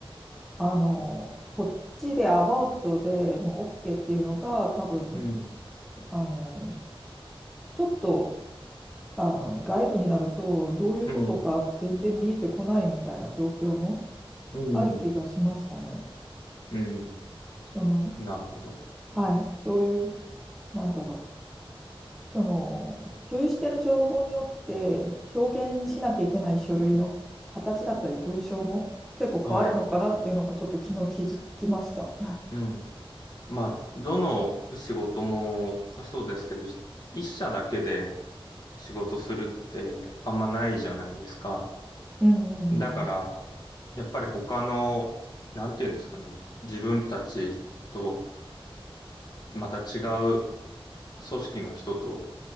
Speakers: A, in the centre; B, on the left (about 45°).
A: あの、こっちでアバウトでもう OK っていうのが、多分、
B: うん。
A: あの、ちょっと、あの、外部になると、どういうことか全然見えてこないみたいな状況も
B: うん。うん。
A: ある気がしましたね。
B: うん
A: その、
B: なるほど。
A: はい、そういう、なんだろう。その共有している情報によって表現しなきゃいけない書類の形だったり文章も結構変わるのかなっていうのがちょっと昨日気づきました。
B: はい。うん。まあ、どの仕事もそうですけど、ひ一社だけで仕事するってあんまないじゃないですか。
A: うんうん
B: だから、やっぱり他の、なんていうんですかね、自分たちとまた違う組織の人と、